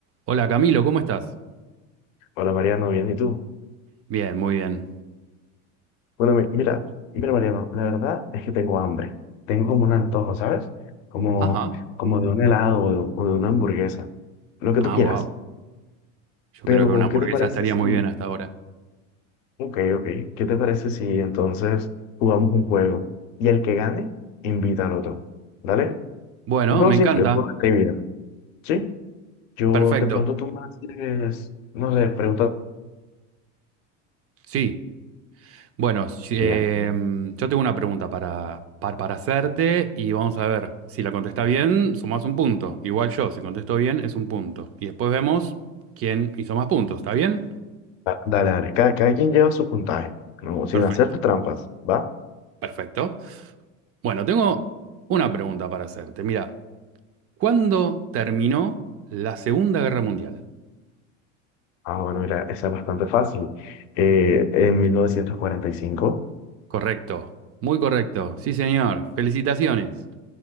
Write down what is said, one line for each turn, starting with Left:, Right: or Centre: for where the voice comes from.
Right: Hola Camilo, ¿cómo estás?
Left: Hola Mariano, bien, ¿y tú?
Right: Bien, muy bien. Mm,
Left: Bueno, mi- mira, mira Mariano, la verdad es que tengo hambre. Tengo como un antojo, ¿sabes? Como,
Right: Ajá.
Left: como de un helado o de, o de una hamburguesa, lo que
Right: Ah,
Left: tú quieras.
Right: mm. wow. Yo
Left: Pero,
Right: creo que una hamburguesa
Left: ¿qué te parece
Right: estaría
Left: si...
Right: muy bien hasta ahora.
Left: Ok, ok, ¿qué te parece si entonces jugamos un juego? Y el que gane, invita al otro. ¿Dale?
Right: Bueno,
Left: Un juego
Right: me
Left: simple,
Right: encanta.
Left: un juego de trivia. ¿Sí? Yo
Right: Perfecto.
Left: de pronto tú me haces, no sé, preguntas.
Right: Sí. Bueno, si- em,
Left: y Ya.
Right: yo tengo una pregunta para, par- para, hacerte y vamos a ver. Si la contesta bien, sumás un punto. Igual yo, si contesto bien, es un punto. Y después vemos quién hizo más puntos. ¿Está bien?
Left: Da- Dale, dale. Cada, cada quien lleva su puntaje, ¿no? Sin
Right: Perfecto.
Left: hacer trampas, ¿va?
Right: Perfecto. Bueno, tengo una pregunta para hacerte. Mira, ¿cuándo terminó la Segunda Guerra Mundial?
Left: Ah, bueno, mira, esa es bastante fácil. Eh, en 1945.
Right: Correcto, muy correcto. Sí, señor. Felicitaciones.